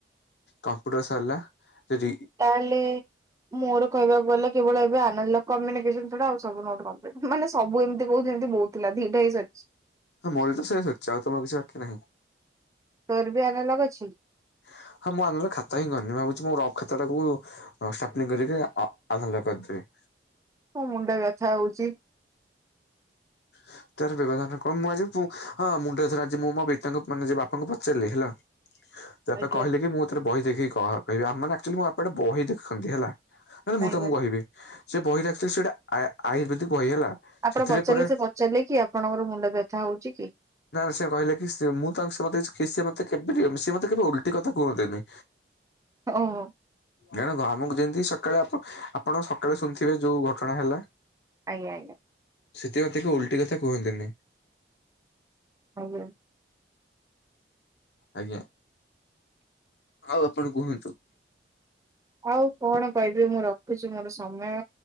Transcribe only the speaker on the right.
ତାହେଲେ ମୋର କହିବାକୁ ଗଲେ କେବଳ ଏବେ ଆନାଲକ କୁ ଆମେମାନେ <unintelligible> ଆଉ ସବୁ ନୋଟ କମପ୍ଲିଟ। ମାନେ ସବୁ ଏମିତି ବହୁତ ଏମିତି ବହୁ ଥିଲା ଦିଟାଇ ସରିଛି।
ତୋର ବି ଆନାଲଗ ଅଛି?
ମଁ ମୁଣ୍ଡ ବ୍ୟଥା ହଉଛି।
ଆଜ୍ଞା।
ଆଜ୍ଞା
ଆପଣ
ପଚାରିଲେ
ସେ ପଚାରିଲେ କି ଆପଣଙ୍କର ମୁଣ୍ଡ ବ୍ୟଥା ହଉଛି କି?
ଓହୋ।
ଆଜ୍ଞା ଆଜ୍ଞା।
ଆଜ୍ଞା।
ଆଉ କଣ କହିବି ମୁଁ ରଖୁଛି ମୋର ସମୟ